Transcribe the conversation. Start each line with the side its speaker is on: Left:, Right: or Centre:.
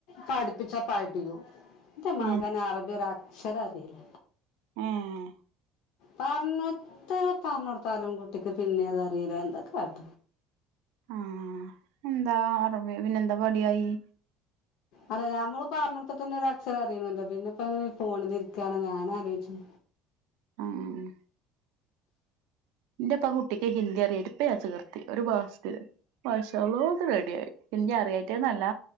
Left: പഠിപ്പിച്ചാ പടിയോ എന്റെ
Right: പിന്നെ
Left: മകന് അറബി ഒരക്ഷരം അറിയില്ല
Right: ഏഹ്
Left: പറഞ്ഞെത്ര പറഞ്ഞൊടുത്താലും കുട്ടിക്ക് പിന്നെയത് അറിയില്ല എന്താകാട്ട
Right: ആഹ് എന്താ അറബി പിന്നെന്താ മടിയായി
Left: അല്ലേ ഞമ്മള് പറഞ്ഞൊടുത്ത തന്നെ ഒരു അക്ഷരം അറിയണോല്ലോ പിന്നെ ഇപ്പോ എങ്ങനെയാ ഫോണിൽ ഇരിക്കാന്നാണ് ഞാനാലോചിച്ചെ
Right: ആഹ് എന്റെ ഇപ്പ കുട്ടിക്ക് ഹിന്ദി അറിയാട്ടിപ്പോ ചേർത്തി ഒരു മാസത്തിൽ ഭാഷളോ ഒക്കെ റെഡി ആയി ഹിന്ദി അറിയഞ്ഞിട്ട്ന്നല്ല